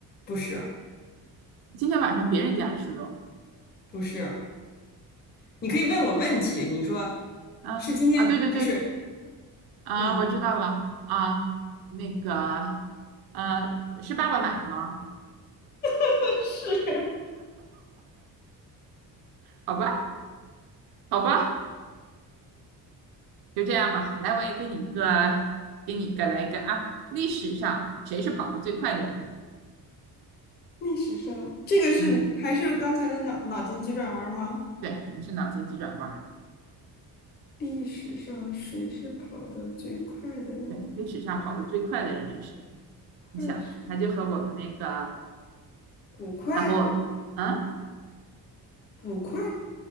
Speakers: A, on the left; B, on the right.
A: 不是，
B: 今天晚上别人家吃肉。
A: 不是，你可以问我问题，你说
B: 啊啊，
A: 是今天就是，
B: 对对对，啊，
A: 嗯
B: 我知道了啊，那个，呃，是爸爸买的吗？
A: <laughs>，是，
B: 好吧，好吧。就这样吧，来，我也给你一个，给你一个，来一个啊！历史上谁是跑得最快的人？
A: 历史上，这个是还是刚才的脑脑筋急转弯吗？
B: 嗯，对，也是脑筋急转弯儿。
A: 历史上谁是跑得最快的人？
B: 对，历史上跑得最快的人是谁？
A: 快是
B: 你想吧，他就和我们那个，
A: 捕快，
B: 他和我们，嗯
A: 捕快，